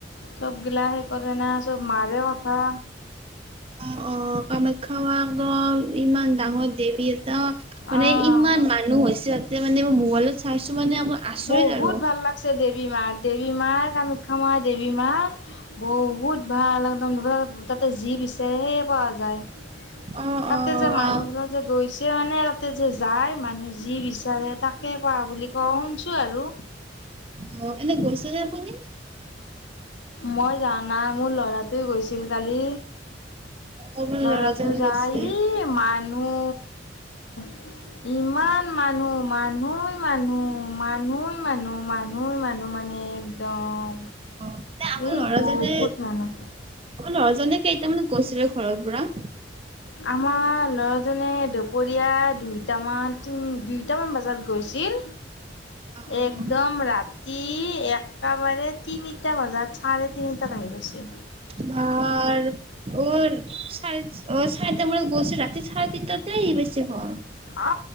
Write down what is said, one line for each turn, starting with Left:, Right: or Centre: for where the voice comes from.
Left: চব গিলা সেই কৰে না চব মাৰে কথা
Right: অ অ কামাখ্যা মা দল ইমান ডাঙৰ দেৱী এটা মানে
Left: অ'
Right: ইমান মানুহ হৈছে এ মানে মই মোবইলত চাইচো মানে মই আচৰিত
Left: বহুত
Right: আৰু।
Left: ভাল লাগছে দেৱী মা দেৱী মা কামাখ্যা মাৰ দেৱী মা বহুত ভাল একদম তাতে যি বিচাৰে সেয়ে পোৱা যায়
Right: অ',
Left: তাতে
Right: অ'।
Left: যে মানুহবিলাক
Right: অ',
Left: যে গৈছে তেয়া মানে তাতে যে যায় মানুহ যি বিচাৰে তাকে পা বুলি কোৱা শুনছ আৰু
Right: অ' এনে গৈছেনে আপুনি
Left: মই যোৱা নাই মোৰ ল'ৰাটোৱে গৈছিল কালি
Right: আমাৰ
Left: লৰাটো
Right: ল'ৰাজনে
Left: যায়
Right: গৈছে
Left: মানুহ
Right: <inaudible>
Left: উম ইমান মানুহ মানুহই মানুহ মানুহই মানুহ মানুহ মানুহ মানে একদম
Right: অ' এনে আমাৰ
Left: এই
Right: ল'ৰাজনে
Left: বহুত মানুহ
Right: অ ল'ৰাজনে কেইটামানত গৈছিলে ঘৰৰ পৰা
Left: আমাৰ ল'ৰাজনে দুপৰীয়া দুইটামান তিনি দুইটামান বজাত গৈছিল
Right: অ', অ'।
Left: একদম ৰাতি একটা বাৰে তিনিটা বজাত চাৰে তিনিটাত
Right: আৰু
Left: আহি পাইছে
Right: চাৰিচ ওচ চাই তে মৰে গৈছে ৰাতি চাৰে তিনিটাতে আহি পাইছো ঘৰ
Left: অ